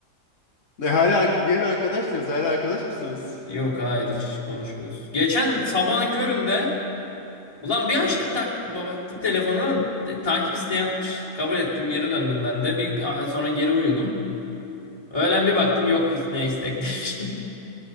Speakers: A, on the left (about 70°); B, on the left (about 25°).
A: E, hala bir ara arkadaştınız. Hala arkadaş mısınız?
B: Yok hayır hiç konuşmuyoruz. Geçen sabahın köründe ulan bir açtım tak baktım telefonu e, takip isteği atmış. Kabul ettim geri döndüm ben de. Bir sonra geri uyudum. Öğlen bir baktım yok ne istek ne bir şey.